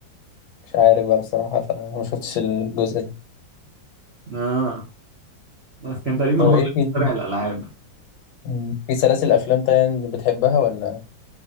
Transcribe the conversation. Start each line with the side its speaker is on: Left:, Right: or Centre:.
Left: مش عارف بقى بصراحة فما شفتش الجزء ده
Right: اه بس كان تقريبا
Left: طب
Right: هو
Left: إيه
Right: اللي
Left: فيه؟
Right: بيخترع الالعاب
Left: مم. في سلاسل أفلام تانية بتحبها ولا